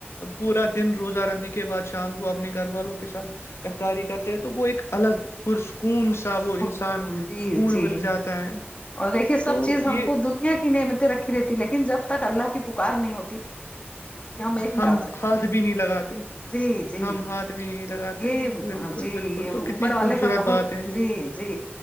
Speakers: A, on the left (about 85°); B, on the left (about 30°).
A: پورا دن روزہ رکھ کے بعد شام کو اپنے گھر والوں کے ساتھ افطاری کرتے ہیں تو وہ ایک الگ پرسکون سا وہ
B: پرسکون
A: انسان
B: جی
A: سکون
B: جی
A: مل جاتا ہے
B: اور دیکھیے سب
A: تو
B: چیز ہم
A: یہ
B: کو دنیا کی نعمتیں رکھی رہتی لیکن جب تک اللہ کی پکار نہیں ہوتی ایک
A: ہم
B: نکال سکتے
A: ہاتھ بھی نہیں لگاتے
B: جی جی
A: ہم ہاتھ بھی نہیں لگاتے
B: یہ
A: بالکل
B: جی
A: بالکل
B: یہ
A: تو کتنی
B: اوپر والے
A: خوبصورت
B: کا بہت
A: بات ہے یہ
B: جی جی